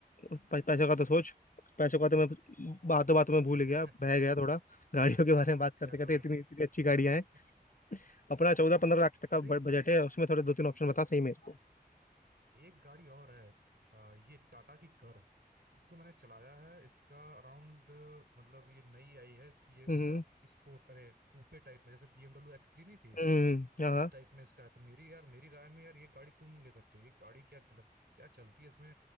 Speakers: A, on the left (about 55°); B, on the right (about 90°).
A: प- पैसों का तो सोच पैसों का तो मैं बातों बातों में भूल
B: <laughs>
A: गया बह गया थोड़ा गाड़ियों
B: भाई क्या
A: के बारे में बात करते
B: क्या
A: करते
B: करोगे
A: इतनी इतनी अच्छी गाड़ियां हैं
B: <laughs>
A: अपना चौदह पंद्रह लाख तक का
B: अरे
A: बजट है उसमें थोड़े दो तीन ऑप्शन बता सही मेरे को
B: एक गाड़ी और है अ, ये टाटा की कर्व इसको मैंने चलाया है इसका अराउंड मतलब ये नई आई है इसकी ये उसका
A: हम्म
B: स्पोर्ट अरे कूपे टाइप में जैसे BMW एक्स थ्री नहीं थी
A: हम्म हाँ
B: उस टाइप में इसका है तो मेरी यार मेरी राय में यार ये गाड़ी तुम ले सकते हो ये गाड़ी क्या गलत क्या चलती है इसमें